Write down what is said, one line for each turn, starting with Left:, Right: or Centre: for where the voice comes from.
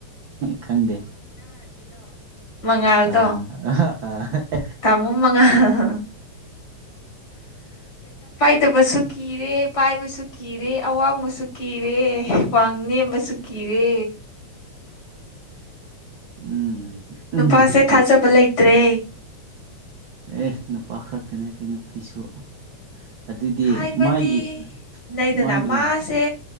Right: ꯈꯪꯗꯦ
Left: ꯃꯉꯥꯜꯗꯣ
Right: ꯑ ꯑ <inaudible>
Left: ꯇꯥꯃꯣ ꯃꯉꯥꯜ ꯐꯠꯇꯕꯁꯨ ꯀꯤꯔꯦ ꯄꯥꯏꯕꯁꯨ ꯀꯤꯔꯦ ꯑꯋꯥꯡꯕꯁꯨ ꯀꯤꯔꯦ
Right: ꯎꯝ
Left: ꯋꯥꯡꯅꯦꯕꯁꯨ ꯀꯤꯔꯦ
Right: ꯎꯝ
Left: ꯅꯨꯄꯥꯁꯦ
Right: ꯎꯝ
Left: ꯊꯥꯖꯕ ꯂꯩꯇ꯭ꯔꯦ
Right: ꯑꯦ ꯅꯨꯄꯥ ꯈꯛꯇ ꯅꯠꯇꯦ ꯅꯨꯄꯤꯁꯨ ꯑꯗꯨꯗꯤ
Left: ꯍꯥꯏꯕꯗꯤ
Right: ꯃꯥꯒꯤ
Left: ꯅꯗꯅ
Right: ꯃꯥꯒꯤ
Left: ꯃꯥꯁꯦ